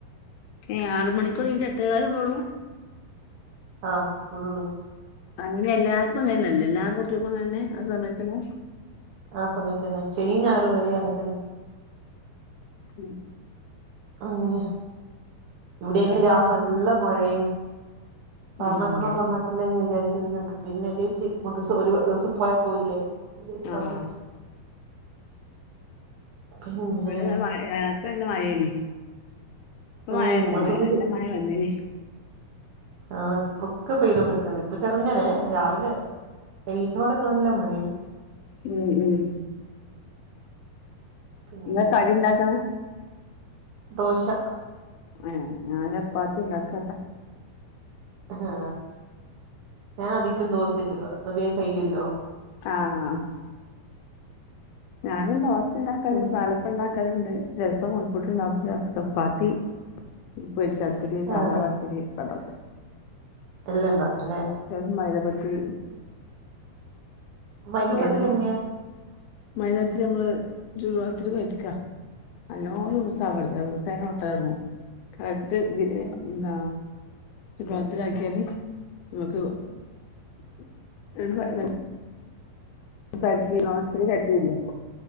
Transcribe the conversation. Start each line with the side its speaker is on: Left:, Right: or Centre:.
Left: ഏഹേ ആറ് മണിക്ക്
Right: ഉം.
Left: തൊടങ്ങീട്ട് എട്ടെകാൽന് വ്ടൊള്ളൂ?
Right: ആഹ് വ്‌ടൊള്ളു
Left: അങ്ങെനെല്ലാർക്കും അങ്ങനെന്നല്ലേ? എല്ലാ കുട്ടിയൾക്കും അങ്ങനന്നെ ആ സമയത്തന്നെ?
Right: ആ സമയത്തന്നെ ശനിം ഞാഴറും വരെ അങ്ങതന്നെ
Left: ഉം
Right: അങ്ങനെയാ ഇവിടെന്ന്
Left: അതുകൊണ്ടാണ്
Right: രാവിലെ നല്ല മഴയും പറഞ്ഞേക്കണോ
Left: ഉം ഇവിടെ
Right: പറ്‌ഞേക്കണ്ടെ വിചാരിച്ചിന്ന് പിന്നെ വിചാരിച്ച് മദ്രസ് ഒരു ദിവസം പോയാ പോയില്ലേ.. അഹ് ജാര്ച്ച് പറഞ്ഞയ്ച്ച്
Left: ആ
Right: പിന്നെ
Left: ഇവടിതാ മഴ രാത്രിയല്ല മഴേനി ഇപ്പ
Right: ഉം
Left: മഴല്ലാ
Right: ഇവിടെ
Left: മഴ
Right: സുബീര്
Left: നല്ല മഴ വെന്നീനി
Right: ആഹ് ഇപ്പൊക്കെ പെയ്തൊണ്ട്ക്ക്ണ്ട് ഇപ്പൊ ചെറുങ്ങനെ രാവിലെ എണീച്ച പാടൊക്കെ നല്ല മഴേണ്
Left: ഉം ഉം
Right: പിന്നെ
Left: എന്താ കടിണ്ടാക്ണെ?
Right: ദോശ
Left: എഹ് ഞാൻ ചപ്പാത്തിണ്ടാക്കെട്ടെ
Right: ആഹാ ഞനധികം ദോശെ ചുടാ ഇന്നാ വേഗം കയ്യൊല്ലോ
Left: ആഹ് ഞാനും ദോശ ഉണ്ടാക്കാൽണ്ട്,
Right: പിന്നെ
Left: പലപ്പണ്ടാക്കാല്ണ്ട്, ചെലപ്പം നൂൽ പുട്ട്ണ്ടാക്കും, ചപ്പാത്തി പൊരിച്ചത്തിരി,
Right: ആ
Left: സാധാ പത്തിരി, ഒക്കെണ്ടാക്കും.
Right: എല്ലണ്ടാക്കുല്ലെ?
Left: ചെലപ്പോ മൈദ പത്തിരി
Right: മൈദപ്പത്തിരി
Left: മൈദനോട്
Right: എങ്ങനെയാ?
Left: മൈദപത്തിരി ഞമ്മള് ചൂട് വെള്ളത്തില് കൊഴക്കാ നല്ലോം ലൂസാവരുത് ലൂസായാ പിന്നെ ഒട്ടലൊട്ങ്ങും കറക്ട്തിന്
Right: ആ
Left: ന്താ ചുട് വെള്ളത്തിലാക്കിയാല് നമ്മക് <unintelligible> പരത്തിക്കാണ്ട് നോൺസ്റ്റിക് ചട്ടില്ലേയ്